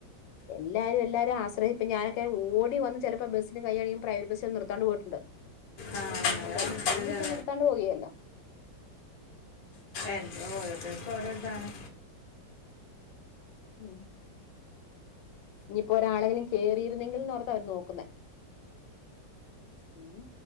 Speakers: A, on the left; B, on the left.
A: എല്ലാരും എല്ലാരും ആശ്രഹ ഇപ്പ ഞാനൊക്ക ഓടി വ ചിലപ്പോ ബസ്സിന് കൈ്യയാണെങ്കിൽ പ്രൈവറ്റ് ബസ്ൽ നിർത്താണ്ട് പോയിട്ടുണ്ട്
B: ആ അതാണ്
A: അപ്പൊ
B: ഇപ്പോഴത്തെ
A: ഇനിപ്പോൊ നിർത്താണ്ട് പോവുകല്ലോ
B: എന്താ ഓരോത്തർക്ക ഓരോതാണ്
A: ഉം ഇനിയിപ്പോൊ ഒരാളെങ്കിലും കേറിയിരുന്നെങ്കിൽന്ന്ോർത്ത അവര് നോക്കുന്ന ഉം